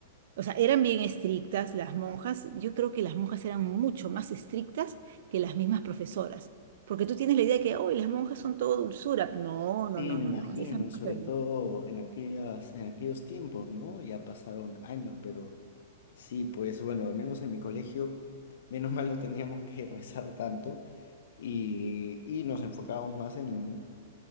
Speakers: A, on the right (about 60°); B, on the left (about 65°).
A: O sea, eran bien estrictas las monjas. Yo creo que las monjas eran mucho más estrictas que las mismas profesoras. Porque tú tienes la idea de que, ¡oh! las monjas son todo dulzura. No,
B: Sí,
A: no, no,
B: me
A: no,
B: imagino,
A: no. Esas monjas
B: sobre
A: eran-
B: todo en aquellas, en aquellos tiempos, ¿no? Ya pasaron años, pero sí, pues bueno, al menos en mi colegio, menos mal no teníamos que <laughs> rezar tanto y, y nos enfocábamos más en,